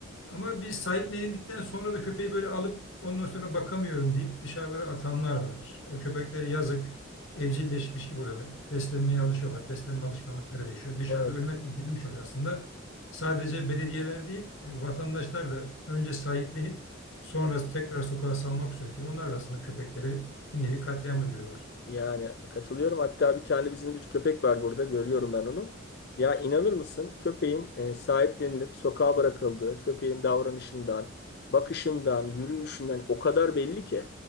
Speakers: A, on the left; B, on the left.
A: Ama biz sahiplenildikten sonra da köpeği böyle alıp ondan sonra bakamıyorum deyip dışarılara atanlar var. O köpeklere yazık, evcilleşmiş gibi oluyorlar. Beslenmeye alışıyorlar. Beslenme alışkanlıkları değişiyor. Dışarıda
B: Evet.
A: ölüme terk edilmiş oluyor aslında. Sadece belediyeler değil, e, vatandaşlar da önce sahiplenip sonra
B: evet.
A: tekrar sokağa salmak suretiyle onlar da aslında köpekleri bir nevi katliam uyguluyorlar.
B: Yani katılıyorum. Hatta bir tane bizim bir köpek var burada. Görüyorum ben onu. Ya inanır mısın? Köpeğin e, sahiplenilip sokağa bırakıldığı, köpeğin davranışından, bakışından, yürüyüşünden o kadar belli ki.